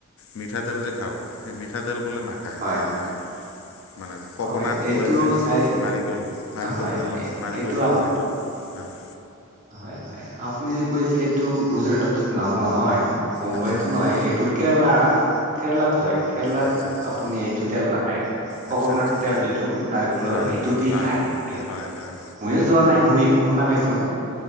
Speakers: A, on the left; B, on the right.
A: মিঠাতেল যে খাওঁ সেই মিঠাতেল বোলে নাখ নাখায়
B: হয়
A: মানে। মানে কক'নাট
B: হয় এইটো
A: অইল যিটো
B: চাই
A: নাৰিকল নাৰিকল
B: হয়
A: তেল,
B: হয়
A: নাৰিকল
B: এইটো
A: তেল
B: আ
A: যিটো। হয়',
B: হয়', হয়', আপুনি যে কৈছে এইটো গুজৰাটত নহ- নহয়- মুম্বাইতো
A: আচ্ছা, আচ্ছা,
B: নহয় এইটো। কেৰেলা কেৰেলাত হয় কেৰেলাত
A: আচ্ছা, আচ্ছা,
B: আপুনি এইটো তেল নাপায়।
A: আচ্ছা,
B: কক'নাট
A: আচ্ছা,
B: তেল যিটো নাৰিকোলৰ
A: হয়,
B: সেইটো দি
A: হয়,
B: খায় সিহঁতে।
A: হয়, হয়,
B: ময়ো যোৱা নাই শুনি- শুনা- পাইছো।